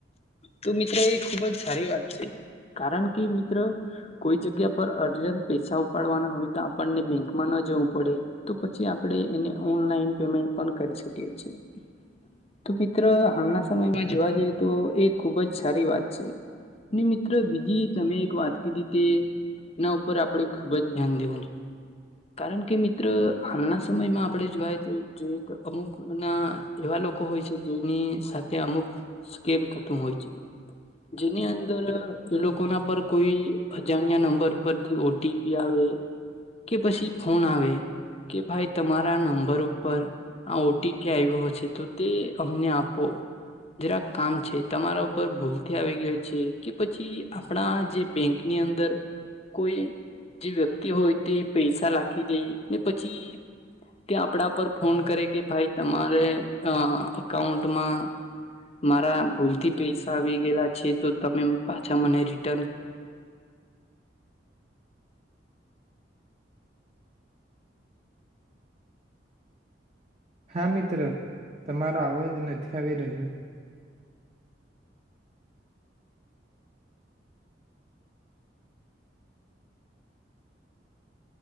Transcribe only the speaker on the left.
તો મિત્ર એ ખુબ જ સારી વાત છે. કારણ કે મિત્ર કોઈ જગ્યા પર અર્જન પૈસા ઉપાડવાના હોય તો આપણને બેંકમાં ન જવું પડે તો પછી આપણે એને ઓનલાઈન પેમેન્ટ પણ કરી શકીએ છીએ તો મિત્ર હાલના સમયમાં જોવા જઈએ તો એ ખુબ જ સારી વાત છે. ને મિત્ર બીજી તમે એક વાત કીધી તેના ઉપર આપડે ખુબ જ ધ્યાન દેવું છે. કારણ કે મિત્ર હાલના સમયમાં આપણે જોવાએ તો અમુક ના એવા લોકો હોય છે જેની સાથે અમુક સ્કેમ થતું હોય છે. જેની અંદર એ લોકો ના પર કોઈ અજાણ્યા નંબર પર ઓટીપી આવે કે પછી ફોન આવે કે ભાઈ તમારા નંબર ઉપર આ ઓટીપી આવ્યો હશે તો તે અમને આપો જરાક કામ છે તમારા ઉપર ભૂલથી આવી ગયું છે કે પછી આપણા જે બેંક ની અંદર કોઈ જે વ્યક્તિ હોય તે પૈસા લખી દે ને પછી તે આપણા પર ફોન કરે કે ભાઈ તમારે અ અકાઉન્ટમાં મારા ભૂલથી પૈસા આવી ગયેલા છે તો તમે પાછા મને રિટર્ન